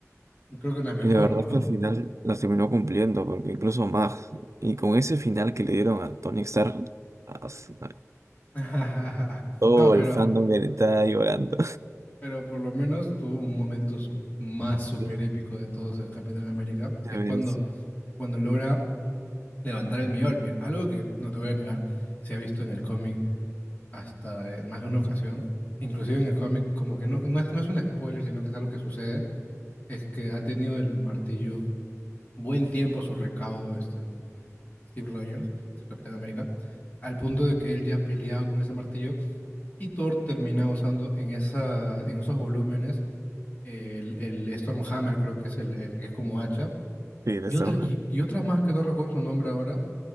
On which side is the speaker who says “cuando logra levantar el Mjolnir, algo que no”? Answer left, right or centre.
Left